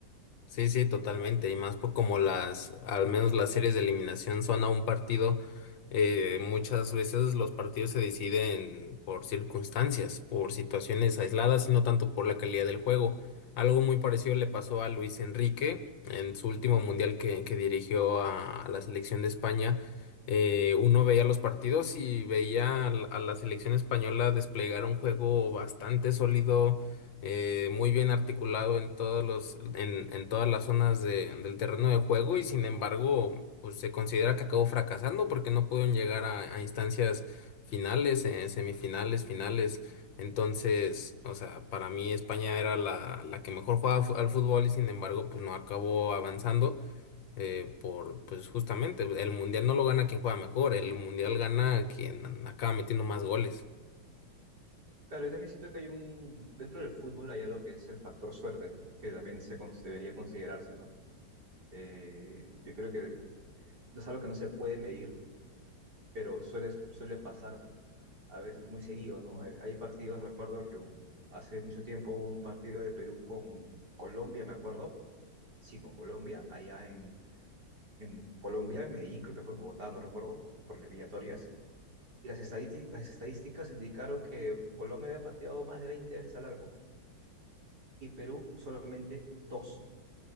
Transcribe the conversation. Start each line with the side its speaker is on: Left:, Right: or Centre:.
Left: Sí, sí, totalmente. Y más por como las, al menos las series de eliminación son a un partido, eh, muchas veces los partidos se deciden por circunstancias, por situaciones aisladas y no tanto por la calidad del juego. Algo muy parecido le pasó a Luis Enrique en su último mundial que, que dirigió a, a la selección de España. Eh, uno veía los partidos y veía a la a la selección española desplegar un juego bastante sólido eh, muy bien articulado en todos los, en, en todas las zonas de- del terreno de juego y sin embargo, pues se considera que acabó fracasando porque no pudieron llegar a, a instancias finales, eh, semifinales, finales. Entonces, o sea, para mí España era la, la que mejor jugaba fu- al fútbol y sin embargo, pues no acabó avanzando. eh, por, pues justamente, el mundial no lo gana quien juega mejor, el mundial gana quien acaba metiendo más goles.
Right: Claro, yo también siento que hay un, dentro del fútbol hay algo que es el factor suerte, que también se cons- debería considerarse, ¿no? Eh, yo creo que es algo que no se puede medir, pero suele, suele pasar a veces muy seguido, ¿no? Hay, hay partidos, recuerdo que hu- hace mucho tiempo hubo un partido de Perú con Colombia, me acuerdo, sí, con Colombia, allá en, en Colombia, en Medellín, creo que fue en Bogotá, no recuerdo, por eliminatorias, y las estadísticas, las estadísticas indicaron que Colombia había pateado más de 20 veces al arco y Perú solamente dos,